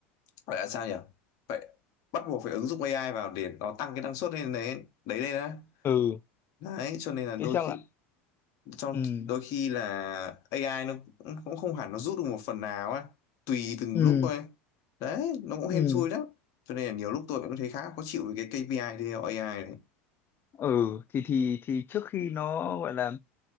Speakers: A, on the left (about 60°); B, on the left (about 35°).
A: gọi là sao nhỉ phải bắt buộc phải ứng dụng AI vào để nó tăng cái năng suất lên đấy đấy lên á
B: ừ.
A: đấy cho nên là đôi
B: Thế sao
A: khi
B: lại?
A: trong
B: Ừ,
A: đôi khi là AI nó cũng cũng không hẳn nó rút được một phần nào á tùy từng
B: ừ,
A: lúc thôi đấy nó cũng hên
B: ừ.
A: xui lắm cho nên là nhiều lúc tôi cũng thấy khá khó chịu với cái KPI theo AI này
B: Ừ, thì thì thì trước khi nó gọi là